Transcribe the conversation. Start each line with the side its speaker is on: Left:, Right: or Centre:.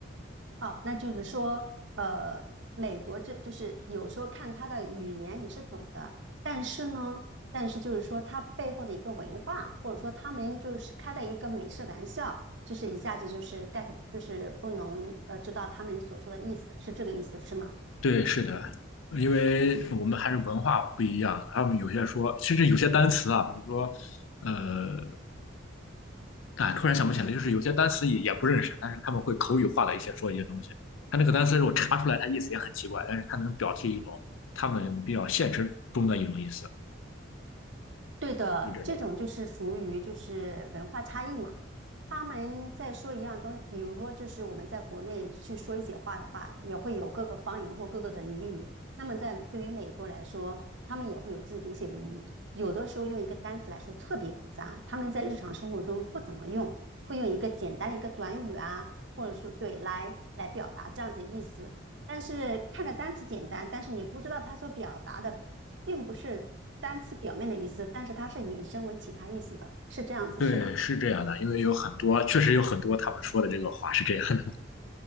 Right: 哦，那就是说，呃，美国这就是有时候看他的语言你是懂的，但是呢，但是就是说他背后的一个文化，或者说他们就是开的一个美式玩笑。就是一下子就是 get，就是不能呃知道他们所说的意思，是这个意思是吗？
Left: 对，是的，因为我们还是文化不一样，他们有些说，甚至有些单词啊，比如说，呃，啊，突然想不起来，就是有些单词也也不认识，但是他们会口语化的一些说一些东西。他那个单词如果查出来，它意思也很奇怪，但是它能表示一种他们比较现实中的一种意思，
Right: 对的，
Left: 就就这种。
Right: 这种就是属于就是文化差异嘛。他们在说一样东西，比如说就是我们在国内去说一些话的话，也会有各个方言或各个的俚语。那么在对于美国来说，他们也会有自己的一些俚语，有的时候用一个单词来说特别复杂，他们在日常生活中不怎么用，会用一个简单的一个短语啊，或者说对来来表达这样子的意思。但是看着单词简单，但是你不知道它所表达的并不是单词表面的意思，但是它是引申为其他意思的，是这样子，
Left: 对，
Right: 是吗？
Left: 是这样的，因为有很多，确实有很多他们说的这个话是这样的